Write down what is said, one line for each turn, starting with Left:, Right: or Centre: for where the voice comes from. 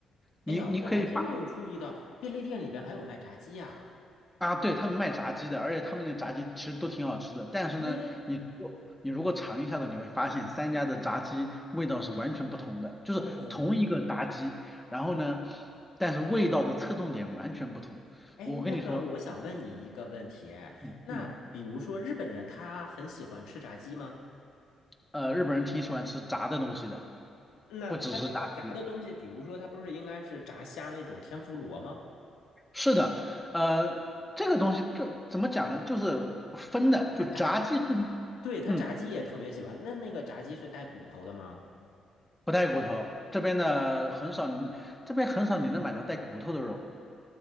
Centre: 你你可以。
Left: 哎呀，我还真没有注意到便利店里边还有卖炸鸡呀。
Centre: 啊，对，他们卖炸鸡的，而且他们那个炸鸡其实都挺好吃的。但是呢，
Left: 嗯，
Centre: 你如你如果尝一下子，你会发现三家的炸鸡味道是完全不同的，就是同一个炸鸡，
Left: 哦，
Centre: 然后呢，但是味道的侧重点完全不同。
Left: 哎，
Centre: 我跟你说，
Left: 那个我想问你一个问题，哎，
Centre: 嗯嗯，
Left: 那比如说日本人他很喜欢吃炸鸡吗？
Centre: 呃，日本人挺喜欢吃炸的东西的，
Left: 那他那个炸的东西，
Centre: 不只是炸鸡。
Left: 比如说他不是应该是炸虾那种天妇罗吗？
Centre: 是的，呃，这个东西就怎么讲呢？就是分的，就炸鸡是，
Left: 他炸对，他炸鸡也特别喜欢。
Centre: 嗯，
Left: 那那个炸鸡是带骨头的吗？
Centre: 不带骨头，这边的很少你，这边很少你能买到带骨头的肉。